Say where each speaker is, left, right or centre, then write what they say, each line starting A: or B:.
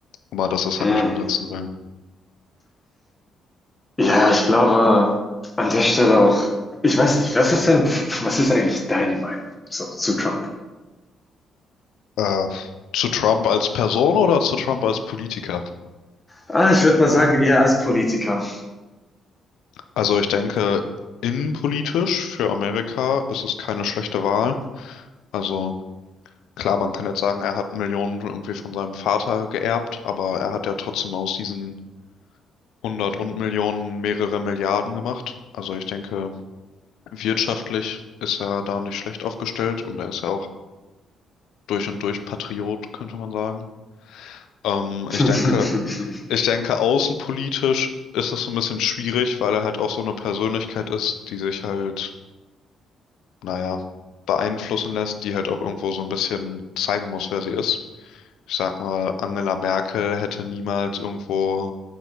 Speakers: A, on the left; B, on the left.
A: Aber dass er es
B: hm.
A: halt nicht umsetzen will.
B: Ja, ich glaube, an der Stelle auch ich weiß nicht, was ist denn, was ist eigentlich deine Meinung so, zu Trump?
A: Äh, zu Trump als Person oder zu Trump als Politiker?
B: Ah, ich würde mal sagen, eher als Politiker.
A: Also ich denke, innenpolitisch für Amerika ist es keine schlechte Wahl. Also klar, man kann jetzt sagen, er hat Millionen irgendwie von seinem Vater geerbt, aber er hat ja trotzdem aus diesen hundert und Millionen mehrere Milliarden gemacht. Also ich denke, wirtschaftlich ist er da nicht schlecht aufgestellt und er ist ja auch durch und durch Patriot, könnte man sagen. Ähm,
B: <laughs>
A: ich denke, ich denke, außenpolitisch ist das so ein bisschen schwierig, weil er halt auch so eine Persönlichkeit ist, die sich halt, naja, beeinflussen lässt, die halt auch irgendwo so ein bisschen zeigen muss, wer sie ist. Ich sag mal, Angela Merkel hätte niemals irgendwo